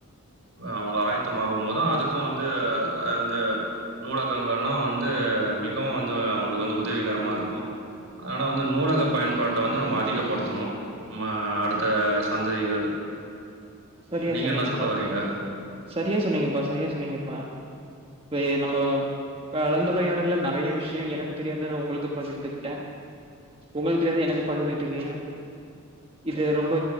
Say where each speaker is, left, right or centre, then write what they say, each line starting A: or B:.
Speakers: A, on the right (about 65°); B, on the right (about 25°).
A: அவங்க ஆயத்து ஆகமோது தா அதுக்கு வந்து அந்த நூலகங்கள்லா வந்து ஆ மிகவு வந்து அவுங்குளுக்கு வந்து உதவிகரமா இருக்கோ அதனால வந்து நூலக பயன்பாட்ட வந்து நம்ம அதிகப்படுத்தணு மா அடுத்த சந்ததிகள்
B: சரியா
A: நீங்க
B: சொன்னீங்கப்பா
A: என்ன சொல்ல வரீங்க
B: சரியா சொன்னீங்கப்பா சரியா சொன்னீங்கப்பா வே நம்ம கலந்துரையாடல நெறய விஷய எனக்கு தெரியாதத உங்களுக்கு பகிர்ந்துகிட்டே உங்களுக்கு தெரியாதத எனக்கு பகிர்ந்துகிட்டுகீங்க இது ரொம்ப